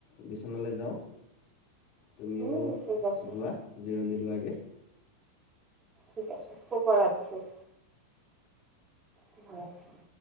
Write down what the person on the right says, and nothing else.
উম ঠিক আছে
ঠিক আছে, শুভৰাত্ৰি। শুভৰাত্ৰি।